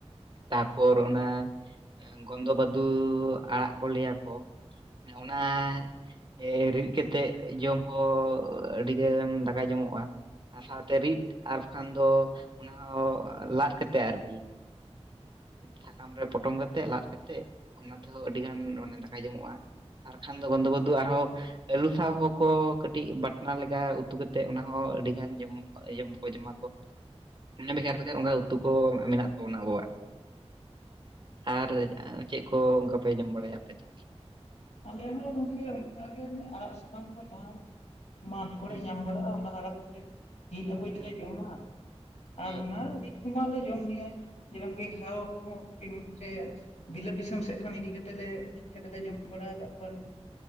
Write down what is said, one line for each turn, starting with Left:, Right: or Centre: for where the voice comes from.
Right: ᱛᱟᱯᱚᱨ ᱚᱱᱟ ᱜᱚᱱᱫᱚ ᱵᱟᱫᱩ ᱟᱲᱟᱜ ᱠᱚ ᱞᱟᱹᱭᱟᱠᱚ ᱚᱱᱟ ᱮ ᱨᱤᱫᱽ ᱠᱟᱛᱮᱫ ᱡᱚᱢ ᱦᱚᱸ ᱟᱹᱰᱤᱜᱟᱱ ᱫᱟᱠᱟ ᱡᱚᱢᱚᱜᱼᱟ᱾ ᱟᱨ ᱥᱟᱶᱛᱮ ᱨᱤᱫᱽ ᱟᱨ ᱵᱟᱠᱷᱟᱱ ᱫᱚ ᱚᱱᱟ ᱦᱚᱸ ᱞᱟᱫᱽ ᱠᱟᱛᱮ ᱟᱨᱠᱤ ᱥᱟᱠᱟᱢ ᱨᱮ ᱯᱚᱴᱚᱢ ᱠᱟᱛᱮᱫ ᱞᱟᱫᱽ ᱠᱟᱛᱮᱜ ᱚᱱᱟ ᱛᱮᱦᱚᱸ ᱟᱹᱰᱤ ᱜᱟᱱ ᱫᱟᱠᱟᱭ ᱡᱚᱢᱚᱜᱼᱟ ᱟᱨᱠᱷᱟᱱ ᱫᱚ ᱜᱚᱱᱫᱚ ᱵᱟᱫᱷᱩ ᱟᱨᱦᱚᱸ ᱟᱹᱞᱩ ᱥᱟᱣ ᱦᱚᱸᱠᱚ ᱠᱟᱹᱴᱤᱡᱽ ᱵᱟᱴᱱᱟ ᱞᱮᱠᱟ ᱩᱛᱩ ᱠᱟᱛᱮᱫ ᱚᱱᱟ ᱦᱚᱸ ᱟᱹᱰᱤ ᱜᱟᱱ ᱡᱚᱢᱚ ᱡᱚᱢ ᱠᱚ ᱡᱚᱢᱟ ᱠᱚ ᱢᱟᱱᱮ ᱵᱷᱮᱜᱟᱨ ᱵᱷᱮᱜᱟᱨ ᱚᱱᱠᱟ ᱩᱛᱩ ᱠᱚ ᱢᱮᱱᱟᱜ ᱛᱟᱵᱚᱱᱟ ᱟᱵᱚᱣᱟᱜ ᱟᱨ ᱪᱮᱫ ᱠᱚ ᱚᱱᱠᱟ ᱯᱮ ᱡᱚᱢ ᱵᱟᱲᱟᱭᱟ ᱟᱯᱮ ᱫᱚ?
Left: ᱟᱞᱮ ᱦᱚᱸ ᱜᱚᱝᱠᱮ ᱚᱱᱠᱟ ᱜᱮ ᱟᱲᱟᱜ ᱥᱟᱠᱟᱢ ᱠᱚ ᱡᱟᱸᱦᱟ ᱢᱟᱴᱷ ᱠᱚᱲᱮ
Right: ᱦᱩᱸ
Left: ᱧᱟᱢ ᱵᱟᱲᱟᱜᱼᱟ ᱚᱱᱟ ᱟᱲᱟᱜ ᱛᱮᱞᱮ ᱥᱤᱫᱽ ᱟᱹᱜᱩᱭ ᱛᱮᱞᱮ
Right: ᱦᱩᱸ
Left: ᱡᱚᱢᱟ ᱟᱨ
Right: ᱦᱮᱸ
Left: ᱚᱱᱟ ᱨᱤ ᱠᱚᱢᱟ ᱞᱮ ᱡᱚᱢ ᱜᱮᱭᱟ <unintelligible> ᱦᱟᱣ ᱠᱚᱦᱚᱸ ᱠᱟᱹᱴᱤᱡᱽ ᱵᱤᱞᱟᱹᱛ <unintelligible> ᱫᱤᱥᱚᱢ ᱥᱮᱫ ᱠᱚᱱ ᱤᱫᱤ ᱠᱟᱛᱮᱫ ᱞᱮ ᱦᱮᱡᱽ ᱠᱟᱛᱮᱞᱮ ᱡᱚᱢ ᱵᱟᱲᱟ ᱠᱟᱜ ᱠᱚᱣᱟᱞᱮ᱾